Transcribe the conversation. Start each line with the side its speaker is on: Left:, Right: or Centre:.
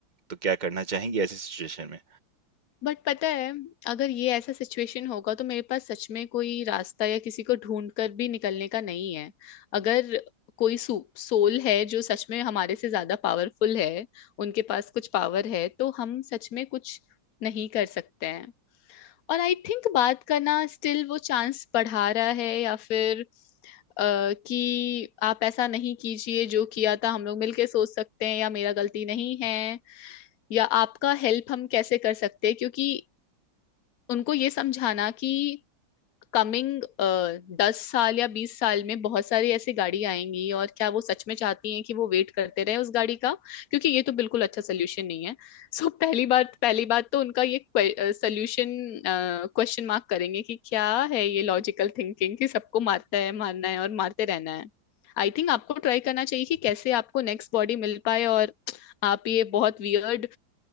Right: तो क्या करना चाहेंगे ऐसी सिचुएशन में
Left: बट पता है अगर ये ऐसा सिचुएशन होगा तो मेरे पास सच में कोई रास्ता या किसी को ढूंढ कर भी निकलने का नहीं है अगर कोई सोल है जो सच में हमारे से ज्यादा पावरफुल है उनके पास कुछ पावर है तो हम सच में कुछ नहीं कर सकते हैं और आई थिंक बात करना स्टिल वो चांस बढ़ा रहा है या फिर अ, कि आप ऐसा नहीं कीजिए जो किया था हम लोग मिलके सोच सकते हैं या मेरा गलती नहीं है या आपका हेल्प हम कैसे कर सकते हैं क्योंकि उनको ये समझाना कि कमिंग दस साल या बीस साल में बहुत सारी ऐसी गाड़ी आएंगी और क्या वो सच में चाहती हैं कि वो वेट करते रहे उस गाड़ी का क्योंकि ये तो बिल्कुल अच्छा सोल्यूशन नहीं है सो so, पहली बात पहली बात तो उनका ये सोल्यूशन क्वेश्चन मार्क करेंगे कि क्या है ये लॉजिकल थिंकिंग कि सबको मारता है मारना है और मारते रहना है आई थिंक आपको ट्राई करना चाहिए कि कैसे आपको नेक्स्ट बॉडी मिल पाए और आप ये बहुत वियर्ड